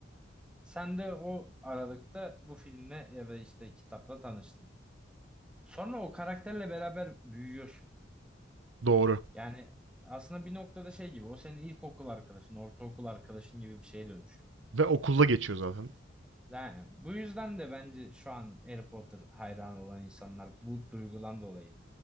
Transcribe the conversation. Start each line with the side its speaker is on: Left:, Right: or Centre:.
Centre: Sen de o aralıkta bu filmle ya da işte kitapla tanıştın. Sonra o karakterle beraber büyüyorsun.
Right: Doğru.
Centre: Yani aslında bir noktada şey gibi o senin ilkokul arkadaşın, ortaokul arkadaşın gibi bir şeye dönüşüyor.
Right: Ve okulda geçiyor zaten.
Centre: Yani bu yüzden de bence şu an Harry Potter hayranı olan insanlar bu duygudan dolayı.